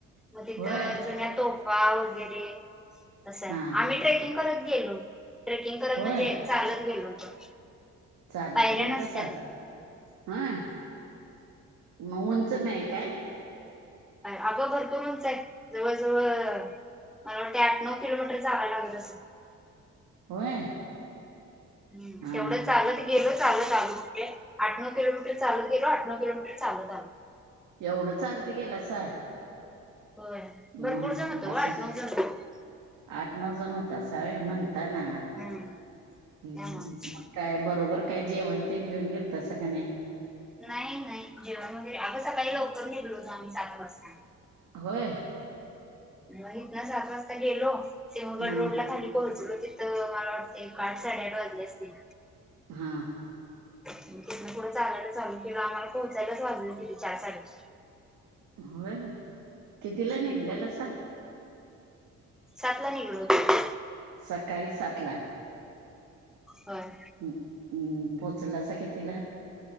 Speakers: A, in the centre; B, on the right.
A: म तिथ
B: होय
A: जुन्या तोफा वगैरे तसं
B: हा
A: आय आम्ही ट्रेकिंग करत गेलो होतो ट्रेकिंग करत
B: होय
A: म्हणजे चालत गेलो होतो.
B: चालत
A: पायऱ्या
B: गेलतासा
A: नसत्यात
B: होय म उंच नाय काय?
A: आगं भरपुर उंच आय जवळजवळ मला वाटतंय आठ नऊ किलोमीटर चालायला लागत असंल.
B: होय.
A: हम्म,
B: हा
A: तेवढं चालत गेलो चालत आलोे आठ नऊ किलोमीटर चालत गेलो आठ नऊ किलोमीटर चालत आलो.
B: एवढं चालत गेलासा?
A: व्हय भरपूर
B: मग
A: जण होतो
B: असू
A: ओ आठ
B: दे
A: नऊ जण.
B: आठ नऊ जण होतासा व्हय म्हणता ना,
A: हम्म
B: हम्म.
A: त्यामुळे
B: काय बरोबर काय जेवण ते घेऊन गेलतासा का नाय?
A: नाय नाय जेवण वगैरे आगं सकाळी लवकर निघलो होतो आम्ही सात वाजता.
B: होय.
A: म इथन सात वाजता गेलो. सिंहगड
B: हा
A: रोडला खाली पोहोचलो तिथं, मला वाटतं एक आठ साडेआठ वाजली असतील.
B: हा....
A: तिथून पुढं चालायला चालू केल. आम्हाला पोहचायच वाजलेत. तीन, चार, साडे चार
B: होय... कितीला निघलेलास.
A: हम्म सातला निघलो होतो.
B: सकाळी, सातला...
A: व्हय...
B: हम्म.... पोचलास कितीला?